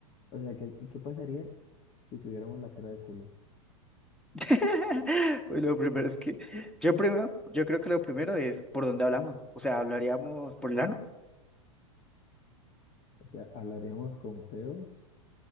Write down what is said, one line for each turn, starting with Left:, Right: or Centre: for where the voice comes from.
Left: O sea, ¿qué, qué pasaría si tuviéramos la cara de culo?
Centre: <laughs> Uy, lo primero es que, yo primero, yo creo que lo primero es por dónde hablamos, o sea, ¿hablaríamos por el ano?
Left: O sea, ¿hablaríamos con pedos